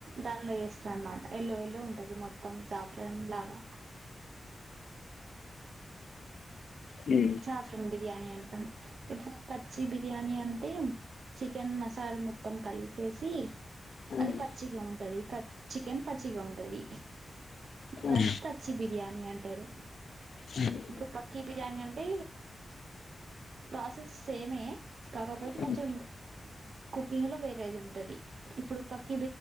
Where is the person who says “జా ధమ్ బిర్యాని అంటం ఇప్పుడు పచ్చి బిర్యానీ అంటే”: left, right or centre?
Right